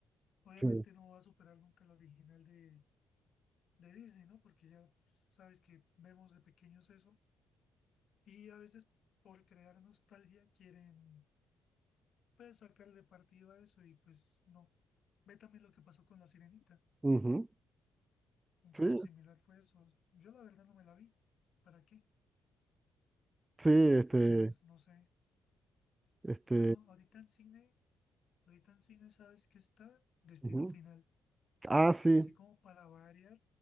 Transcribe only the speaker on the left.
Obviamente
no va a superar nunca la original de, de Disney, ¿no? Porque ya pues, sabes que vemos de pequeños eso. Y a veces por crear nostalgia quieren, pues, sacarle partido a eso y pues no. Ve también lo que pasó con La Sirenita.
Un
caso similar fue eso. Yo la verdad no me la vi. ¿Para qué?
Entonces, no sé.
Bueno, ahorita en cine, ahorita en cine sabes que está Destino
Final.
Así como para variar,